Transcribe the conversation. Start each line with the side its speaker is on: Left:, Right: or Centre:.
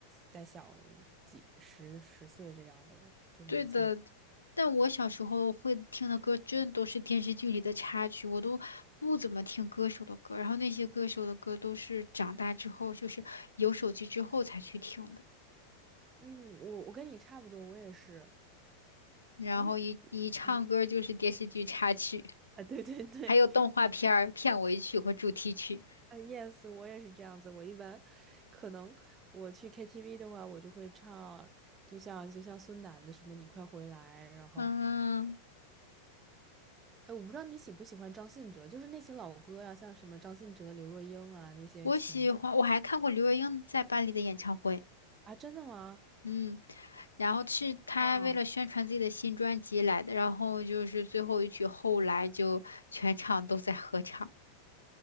Right: 再小几十十岁这样的就年轻人
Left: 对的，但我小时候会听的歌，真的都是电视剧里的插曲，我都不怎么听歌手的歌，然后那些歌手的歌都是长大之后，就是有手机之后才去听的，
Right: 嗯，我我跟你差不多，我也是。
Left: 然后一一唱歌就是电视剧插曲，
Right: 嗯嗯啊，对 <laughs> 对对，
Left: 还有动画片儿片尾曲和主题曲。
Right: 是啊，yes，我也是这样子。我一般可能我去 KTV 的话，我就会唱，就像就像孙楠的什么“你快回来”，然后，
Left: 嗯，
Right: 哎，我不知道你喜不喜欢张信哲，就是那些老歌呀、像什么张信哲、刘若英啊那些情
Left: 我喜欢，我还看过刘若英在巴黎的演唱会。
Right: 啊，真的吗？
Left: 嗯，然后是他为了宣传自己的新专辑来的，
Right: 啊，
Left: 然后就是最后一曲《后来》就全场都在合唱，